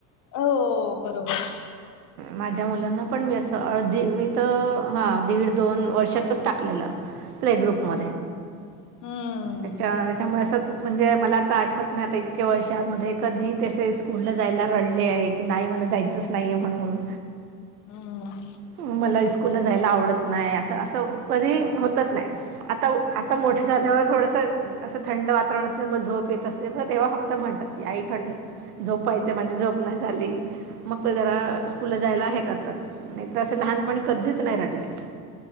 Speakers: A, on the left; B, on the right.
A: अ, हो बरोबर.
B: माझ्या मुलांना पण मी असं, अधी मी तर हा दीड दोन वर्षातच टाकलेलं. प्ले ग्रुप म
A: हम्म
B: त्याच्या त्याच्यामुळे म्हणजे मला तर आठवत नाही आता इतक्या वर्षामध्ये कधी तसे स्कूलला जायला रडले आहे की नाही मला जायचंच नाहीये म्हणून
A: हम्म
B: मला स्कूलला जायला आवडत नाही असं असं कधी होतच नाही आता उ, आता मोठं झाल्यावर थोडसं - असं थंड वातावरण असल्यामूळ झोप येत असते बघ तेव्हा फक्त म्हणतात, की आई थंड- झोपायचय, माझी झोप नाही झाली. मग ते जरा स्कूलला जायला हे करतात नाही तर असं लहानपणी कधीच नाही रडले.